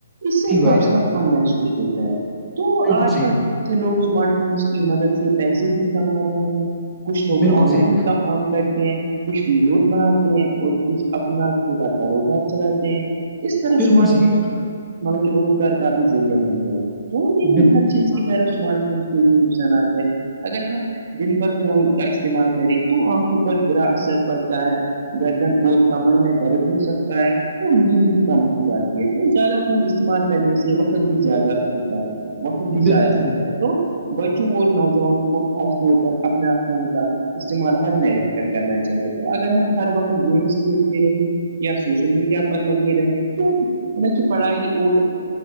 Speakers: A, on the right (about 60°); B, in the centre.
A: اس سے
B: جی بھائی
A: فاصلہ
B: جان،
A: کر کم محسوس ہوتا ہے تو
B: بالکل
A: آج
B: صحیح،
A: کل ب ا لوگ اسمارٹ فونس کی مدد سے پیسے بھی کما رہے ہیں کچھ لوگ
B: بالکل
A: آن لائن
B: صحیح کہا،
A: کام کرتے ہیں کچھ ووود بناتے ہیں اور کچھ اپنا ا کاروبار چلاتے ہیں اس طرح
B: بالکل
A: اسمارٹ
B: صحیح
A: فون
B: کہا،
A: مطلب کہ روزگار کا بھی ذریعہ بن گیا ہے تو لیکن
B: بالکل
A: ہر
B: صحیح
A: چیز
B: کہا،
A: کی طرح اسمارٹ فون ک بھی نقصانات ہے اگر ہم دن بھر فون کا استعمال کریں تو آنکھوں پر برا اثر پڑتا ہے گردن اور کمر میں درد ہو سکتا ہے اور نیند بھی کم ہو جاتی ہے تو زیادہ خون استعمال کرنے سے وقت بھی زیادہ ہوتا ہے وقت بھی
B: بالکل
A: ضائع ہوتا
B: صحیح، کہا۔
A: ہے تو بچوں اور نوجوانوں کو خاص طور پر اپنا فون کا استعمال حر نہ رہ کر کرنا چاہے تو اگر ہم ہر وقت گیمس کھیلتے رہیں یا سوشل میڈیا پر لگے رہے تو حال کہ پڑھائی اور